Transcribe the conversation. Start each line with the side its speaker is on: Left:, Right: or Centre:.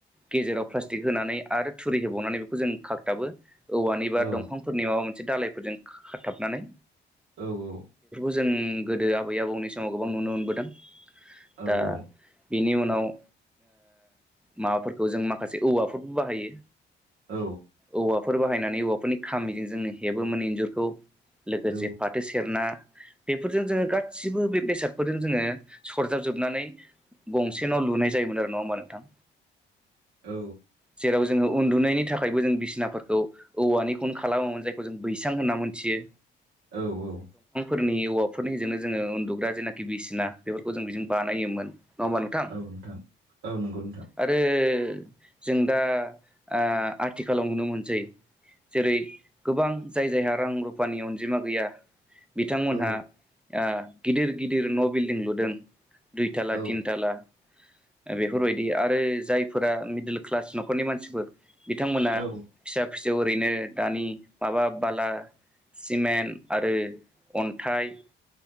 Centre: गेजेराव प्लास्टिक होनानै आरो थुरि होबावनानै बेखौ जों खाखथाबो। औवानि बा
Right: औ
Centre: दंफांफोरनि माबा मोनसे दालायफोरजों खा-खाथाबनानै
Right: औ औ
Centre: जों गोदो आबै आबौनि समाव गोबां नुनो मोनबोदों।
Right: औ
Centre: दा
Right: औ
Centre: बेनि उनाव ओ माबाफोरखौ जों माखासे औवाफोरबो बाहायो।
Right: औ
Centre: औवाफोर बाहायनानै औवाफोरनि खामिजों जोंङो हेबो मोन इन्जुरखौ। लोगोसे
Right: औ
Centre: फाथो सेरना बेफोरजों जोंङो गासिबो बे बेसादफोर जों जोंङो सरजाब जोबनानै गंसे न' लुनाय जायोमोन आरो ना होमबा नोंथां?
Right: औ
Centre: जेराव जोङो उन्दुनायनि थाखायबो जों बिसिनाफोरखौ औवानिखौनो खालामोमोन जायखौ जों बैसां होनना मोनथियो।
Right: औ औ
Centre: फोरनि औवाफोरनिजोंनो जोंङो उन्दुग्रा जेनाखि बिसिना बेफोरखौ जों बेजों बानायोमोन। नंङा होनबा नोंथां?
Right: औ नोंथां औ नंगौ नोंथां
Centre: आरो जों दा ओ आथिखालाव नुनो मोनसै जेरै गोबां जाय जायहा रां रुफानि अनजिमा गैया बिथांमोनहा
Right: औ
Centre: ओ गिदिर गिदिर न' बिल्डिं लुदों दुइथाला,
Right: औ
Centre: तिनथाला दा बेफोरबायदि आरो जायफोरा मिडल क्लास न'खरनि मानसिफोर बिथांमोना
Right: औ
Centre: फिसा फिसौ ओरैनो दानि माबा बाला सिमेन्ट आरो अन्थाइ